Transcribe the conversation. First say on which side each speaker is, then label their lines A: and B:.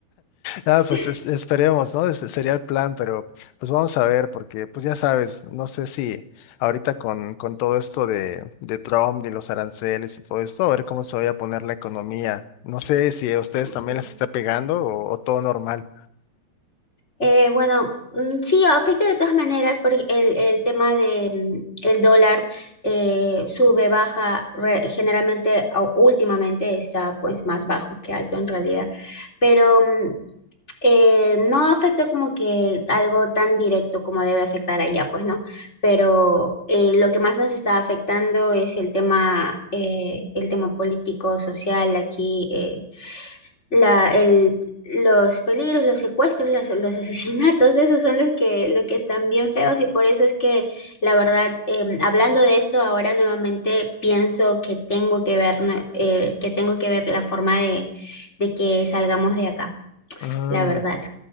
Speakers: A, on the left (about 75°); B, on the left (about 15°).
A: Ah, pues
B: <laughs>
A: es- esperemos, ¿no? Ese sería el plan, pero pues vamos a ver, porque pues ya sabes, no sé si ahorita con, con todo esto de, de Trump, de los aranceles y todo esto, a ver cómo se vaya a poner la economía. No sé si a ustedes
B: Ujú.
A: también les está pegando o, o todo normal.
B: Eh, bueno, mm, sí, afecta de todas maneras por el, el tema de mm, el dólar eh, sube, baja, re- generalmente au- últimamente está pues más bajo que alto en realidad, pero mm, eh, no afecta como que algo tan directo como debe afectar allá, pues no, pero eh, lo que más nos está afectando es el tema, eh, el tema político, social aquí. eh, la, el, los peligros, los secuestros, las- los <laughs> asesinatos, esos son los que, lo que están bien feos y por eso es que la verdad, em, hablando de esto, ahora nuevamente pienso que tengo que ver, nue- eh, que tengo que ver la forma de, de que salgamos de acá,
A: Mm.
B: la verdad.